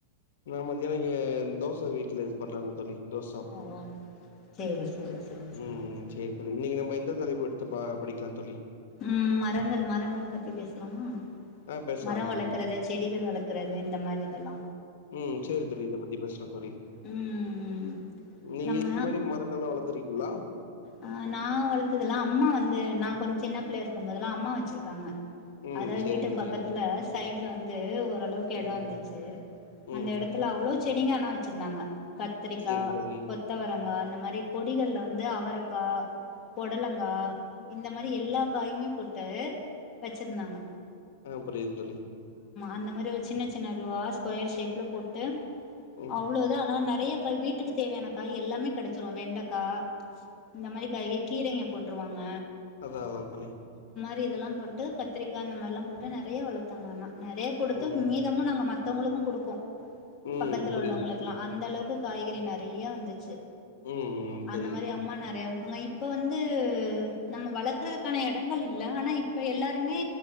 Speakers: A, on the left (about 65°); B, on the left (about 20°).
A: நா மத்யானோ ஏன் தோச வீட்ல இது பண்றாங்க தோழி தோஸ் சாப்றோ
B: ஓ சேரி சேரி சேரி சேரி
A: ம் ம்
B: சேரிங்க
A: சேர் தோழி
B: தோழரே
A: இன்னிக்கு நம்ம எந்த தலைப்பெடுத் து ப படிக்லா தோழி
B: ம் மரங்கள் மரங்கள் பத்தி பேசுலாமா
A: ஆ பேசலா
B: மர
A: தோழி
B: வளக்குறது செடிகள் வளக்குறது இந்த மாரி இதெல்லா
A: ம் சேரி தோழி இத பத்தி பேசுலா தோழி
B: ம் ம்
A: நீங்க
B: நம்ம
A: இதுக் முன்னாடி மரங்கள்லா வளத்திருக்கீளா
B: ஆ நா வளத்தில்ல அம்மா வந்து நா கொஞ் சின்ன பிள்ளையாருக்கும் போதெல்லா அம்மா வச்சிருக்காங்க
A: ம்
B: அதாவக்ஷ
A: சேரி
B: வீட்டு
A: தோழி
B: பக்கத்துல சைட்ல வந்து ஓரளவுக்கு எடோ
A: ம்
B: இந்துச்சு
A: ம்
B: அந்த எடத்துல அவ்ளோ செடிங்க ஆனா சிர்ந்தாங்க கத்திரிக்கா
A: சேரி தோழி
B: கொத்தவரங்கா அந்த மாரி கொடிகள்ல வந்து அவரக் கா பொடலங்கா இந்த மாரி எல்லா காயுமே போட்டு வச்சிர்ந்தாங்க
A: ஆ புரிது தோழி
B: அந்த மாரி ஒரு சின்ன சின்ன இதுவா ஸ்கொயர் ஷேப்ல போட்டு
A: ம்
B: அவ்ளோ இதா ஆனா நற் றைய காய் வீட்டுக்கு தேவையான காய் எல்லாமே கெடைச்சிரு வெண்டக்கா இந்த மாரி காய்லே கீரைங்க போட்டுருவாங்க
A: அதா அவ பணி
B: ரி இதெல்லா போட்டு கத்திரிக்கா அந்த மாரில்லா போட்டு நறைய வளத்தாங்க ஆனா நறைய குடுத்து
A: ம்
B: மீதமு நாங்க மத் தவங்களுக்கு குடுப்போ
A: ம்
B: பக்கத்துல
A: புரியுது
B: உள்ளவங்களுக்கெல்லா
A: புரியுது தோழி
B: அந்தளவுக்கு காய்கறி நறைய வந்துச்சு
A: ம் ம் புரியுது
B: அந்த மாரி
A: தோழி
B: அம்மா நற் இருப்பாங்க இப்ப வந்து நம்ம வளக்குறதுக்கான எடங்கள் இல்ல ஆனா இப்ப எல்லாருமே